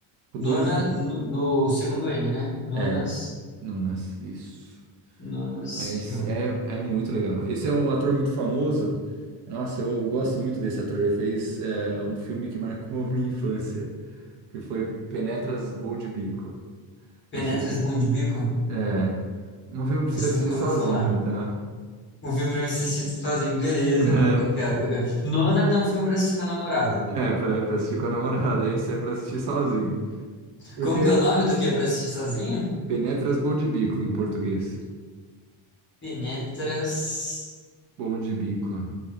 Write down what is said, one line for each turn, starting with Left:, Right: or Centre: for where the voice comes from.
Right: Com
Left: Nona
Right: dois N.
Left: no, no segundo N, né? Nonas,
Right: É, Nonas. Isso.
Left: Nonas
Right: Mas
Left: filme.
Right: é, é muito legal. Esse é um ator muito famoso. Nossa, eu gosto muito desse ator. Ele fez, é, um filme que marcou <laughs> minha infância, que foi Penetras Bom de Bico.
Left: Penetras
Right: Não sei se...
Left: Bom de Bico?
Right: É, um filme pra
Left: Isso
Right: você assistir
Left: eu nunca
Right: sozinho,
Left: ouvi falar.
Right: tá?
Left: Um filme pra me assistir sozinho. Beleza,
Right: <laughs>
Left: cara. Copiado, copiado. Nonas é um filme pra assistir com a namorada.
Right: É, pra, pra assistir com a namorada, esse é pra assistir sozinho. Porque
Left: Como que é o nome do que é pra assistir sozinho?
Right: Penetras Bom de Bico em português.
Left: Penetras
Right: Bom de Bico.